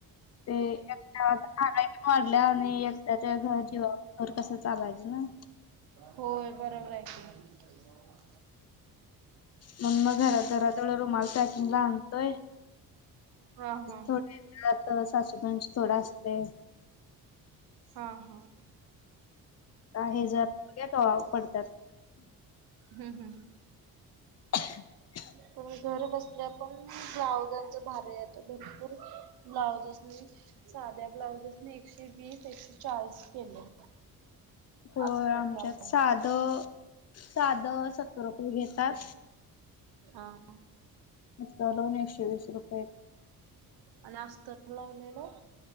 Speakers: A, on the left; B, on the right.
A: ते एक्यागाई पण वाढल्या आणि एकट्याच्या घर जवा. खर कसं चालायचं ना.
B: होय बरोबर आहेऐक.
A: मण मग घरात घरातवढ रुमाल पॅकिंग ला आणतोय.
B: हा हा.
A: थोात सासूबाईंं थोडं असते.
B: हा हा.
A: हे ज पडतात.
B: हम्म हम्म.
A: ह.
B: पण घर बसल्या पण ब्लाउजांच भारता भरपूर. ब्लाउजेसनी साध्या ब्लाउजेसनी एकशे वीस एकशे चाळीस केले.
A: हो
B: अस्तर
A: आमच्यात
B: लावून
A: साध साध सत्तर रुपये घेतात.
B: हा.
A: म करून एकशे वीस रुपये.
B: आणि अस्तर लावलेलं.